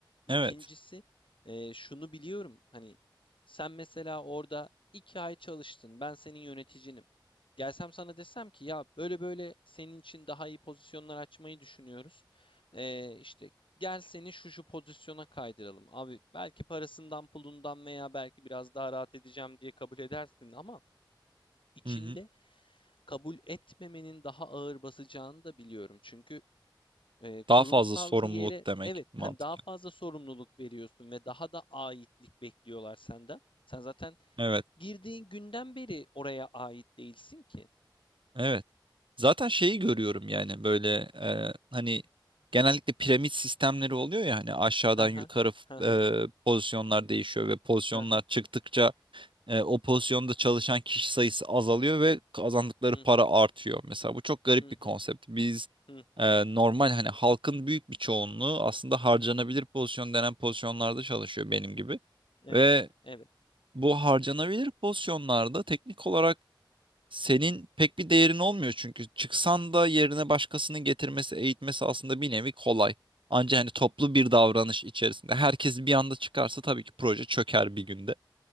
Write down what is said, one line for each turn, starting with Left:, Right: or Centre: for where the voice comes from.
Left: İkincisi,
Right: Evet.
Left: eee, şunu biliyorum hani sen mesela orada iki ay çalıştın, ben senin yöneticinim. Gelsem sana desem ki ya böyle böyle senin için daha iyi pozisyonlar açmayı düşünüyoruz. Eee işte gel seni şu şu pozisyona kaydıralım. Abi belki parasından pulundan veya belki biraz daha rahat edeceğim diye kabul edersin ama içinde
Right: Hı hı.
Left: kabul etmemenin daha ağır basacağını da biliyorum. Çünkü e, kurumsal
Right: Daha fazla sorumluluk
Left: bir yere
Right: demek
Left: evet
Right: mantıklı.
Left: hani daha fazla sorumluluk veriyorsun ve daha da aitlik bekliyorlar senden. Sen zaten
Right: Evet.
Left: girdiğin günden beri oraya ait değilsin ki.
Right: Evet. Zaten şeyi görüyorum yani böyle e, hani genellikle piramit sistemleri oluyor ya hani aşağıdan
Left: Hı hı
Right: yukarı
Left: hı hı
Right: e, pozisyonlar değişiyor ve pozisyonlar
Left: hı hı
Right: çıktıkça e, o pozisyonda çalışan kişi sayısı azalıyor ve kazandıkları
Left: hı
Right: para artıyor. Mesela bu çok garip
Left: hı hı
Right: bir konsept. Biz
Left: hı hı
Right: e,
Left: hı.
Right: normal hani halkın büyük bir çoğunluğu aslında harcanabilir pozisyon denen pozisyonlarda çalışıyor benim gibi.
Left: Evet,
Right: Ve
Left: evet.
Right: bu harcanabilir pozisyonlarda teknik olarak senin pek bir değerin olmuyor çünkü çıksan da yerine başkasının getirmesi, eğitmesi aslında bir nevi kolay. Ancak hani toplu bir davranış içerisinde herkes bir anda çıkarsa tabii ki proje çöker bir günde.